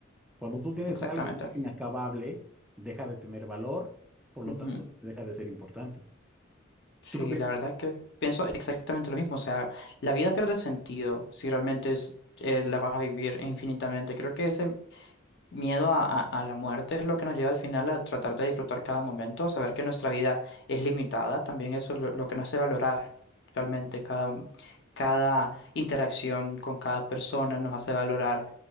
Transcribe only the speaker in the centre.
Cuando tú tienes
algo que es inacabable, deja de tener valor, por lo
tanto, deja de ser importante.
¿Tú qué opinas?